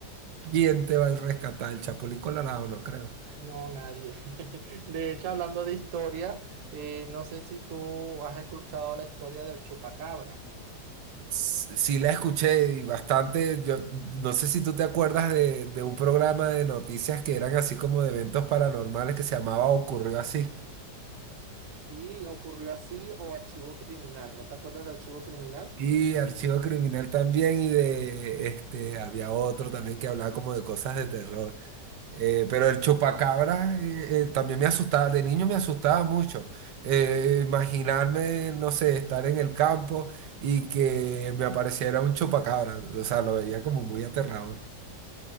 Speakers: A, on the right (about 80°); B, on the right (about 60°).
A: ¿quién te va a rescatar? El Chapulín Colorado, no creo.
B: No, nadie. <laughs> De hecho, hablando de historia, eh, no sé si tú has escuchado la historia del chupacabras.
A: S- Sí, la escuché y bastante. Yo no sé si tú te acuerdas de, de un programa de noticias que eran así como de eventos paranormales que se llamaba Ocurrió así.
B: Sí, ocurrió así o archivo criminal. ¿No te acuerdas de archivo criminal?
A: Y Archivo Criminal también, y de este, había otro también que hablaba como de cosas de terror. Eh, pero el chupacabra eh, eh, también me asustaba, de niño me asustaba mucho. Eh, imaginarme, no sé, estar en el campo y que me apareciera un chupacabra, o sea, lo veía como muy aterrador.